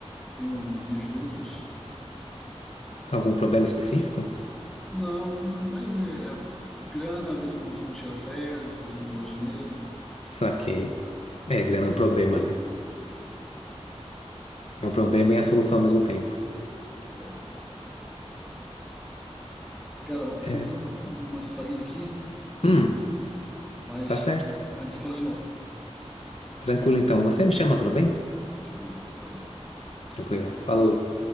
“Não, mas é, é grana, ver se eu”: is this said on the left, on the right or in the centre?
Centre